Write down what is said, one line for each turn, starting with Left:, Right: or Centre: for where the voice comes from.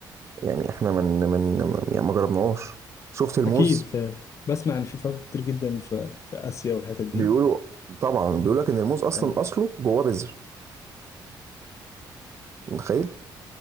Right: يعني احنا من من يعني ما جربناهاش شفت الموز
Left: اكيد ف بسمع ان في فاكهه كتير جدا في في اسيا والحتت دي
Right: بيقولوا طبعا
Left: آه.
Right: بيقول لك ان الموز اصلا
Left: طيب.
Right: اصله جواه بذر متخيل